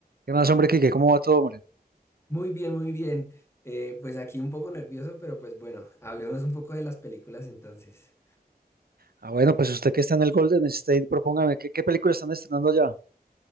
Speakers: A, on the right; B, on the left.
A: ¿Qué más, hombre, Kike? ¿Cómo va todo, hombre?
B: Muy bien, muy bien. Eh, pues aquí un poco nervioso, pero pues bueno, hablemos un poco de las películas entonces.
A: Ah, bueno, pues usted que está en el Golden State, propóngame, ¿qué, qué película están estrenando allá?